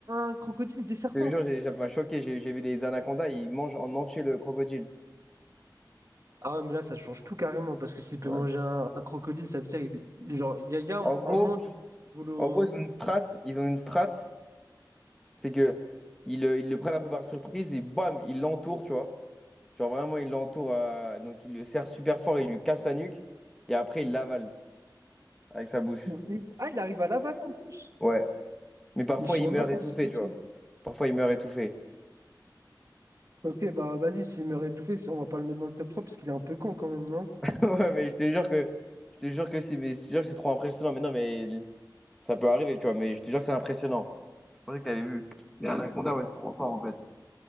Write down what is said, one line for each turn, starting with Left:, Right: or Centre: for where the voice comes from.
Right: un crocodile, des serpents.
Centre: Je te jure, j'ai- ça m'a choqué. J'ai j'ai vu des anacondas, ils mangent en entier le crocodile.
Right: Ah ouais, mais là, ça change tout carrément parce que s'il peut
Centre: Ouais.
Right: manger un, un crocodile, ça veut dire. il- Genre, il y a, il y a un,
Centre: En gros,
Right: un monde où il vole au-
Centre: en gros, ils ont une strat, ils ont une strat C'est que ils, euh, ils le prennent un peu par surprise et bam, il l'entoure tu vois. Genre vraiment, il l'entoure euh, donc il le serre super fort, il lui casse la nuque et après, il l'avale avec sa bouche.
Right: il- Ah, il arrive à l'avaler en plus.
Centre: Ouais. Mais parfois,
Right: Mais je sais
Centre: il
Right: même
Centre: meurt
Right: pas
Centre: étouffé,
Right: comment c'est possible.
Centre: tu vois. Parfois, il meurt étouffé.
Right: Ok, bah vas-y, s'il meurt étouffé, on va pas le mettre dans le top 3 parce qu'il est un peu con quand même, non?
Centre: <laughs> Ouais, mais je te jure que je te jure que c'est mais je te jure que c'est trop impressionnant. Mais non, mais il- ça peut arriver, tu vois. Mais je te jure que c'est impressionnant. Je pensais que t'avais vu. Mais un Anaconda, ouais, c'est trop fort en fait.